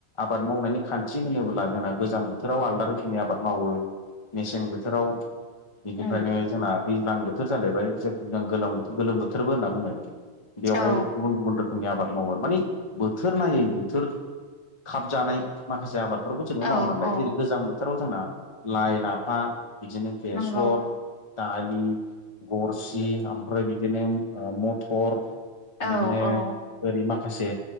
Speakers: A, on the left (about 25°); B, on the left (about 55°).
A: आबाद मावनायनि खान्थि होनोब्ला जोंना गोजां बोथोराव आलदा रोखोम खिनि आबाद मावो मेसें बोथोराव बेनिफ्रायनो
B: उम
A: जोंना दैज्लां बोथोर जालायबाय जायखौ जों गो गोलोम बोथोरबो होनना बुंङो बेवहाय
B: औ
A: गुबुन गुबुन रोखोम रोखोमनि आबाद मावो माने बोथोर नायै बोथोर खाबजानाय माखासे आबाद बेफोरखौ जोंङो
B: औ
A: मावनानै लायो
B: औ
A: जेरै गोजां बोथोराव जोंना लाइ लाफा बिदिनो बेसर
B: नंगौ
A: दालि गरसि ओमफ्राय बिदिनो मथर
B: औ
A: बिदिनो
B: औ
A: ओरै माखासे